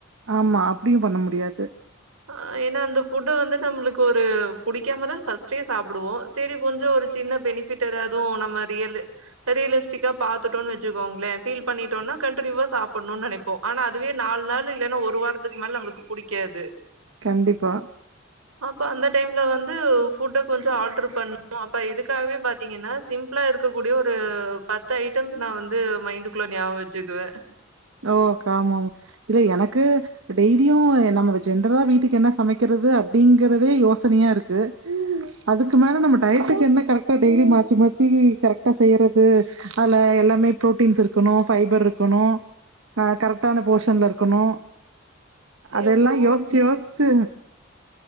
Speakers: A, on the right (about 65°); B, on the right (about 85°).
A: ஆமா அப்டியு பண்ண முடியாது
B: ஆ ஏனா அந்த ஃபுட்ட வந்து நம்ளுக்கு ஒரு புடிக்காம தா ஃபஸ்டே சாப்டுவோ சேரி கொஞ்சோ ஒரு சின்ன பெனிஃபிட் எதாது நம்ம ரியலு பெரியலிஸ்டிக்கா பாத்துட்டோன்னு வச்சுக்கோங்ளே ஃபீல் பண்ணிட்டோனா கண்டிநியூவா சாப்புட்னுனு நெனப் போ ஆனா அதுவே நால் நாள் இல்லேனா ஒரு வாரத்துக்கு மேல நம்ளுக்கு புடிக்காது
A: கண்டிப்பா
B: அப்ப அந்த டைம்ல வந்து ஃபுட்ட கொஞ்சோ ஆல்ட்ரு பண்ணுனு அப்ப இதுக்காகவே பா த்தீங்கன்னா சிம்ப்ளா இருக்கக்கூடிய ஒரு பத்து ஐட்டம்ஸ் நா வந்து மைன்டுக்குள்ள ஞாபக வச்சுக்குவ
A: ஓ அக்கா ஆமாமா இதுல எனக்கு டெய்லியு எ நமக்கு ஜென்ரலா வீட்டுக்கு என்ன சமக்கிறது அப்டிங்கறதே யோசனையா இருக்கு அதுக்கு மேல நம்ம டயத்துக்கு என்ன கரெக்டா டெய்லி மாத்தி மாத்தி கரெக்டா செய்றது அதுல எல்லாமே ப்ரோட்டீன்ஸ் இருக்கணு ஃபைபர்ருக்கணு ஆ கரெக்டான போஷன்ல இருக்கணு
B: ஐயோ!
A: அதெல்லா
B: புரோட்டீன்
A: யோசிச்சு யோசிச்சு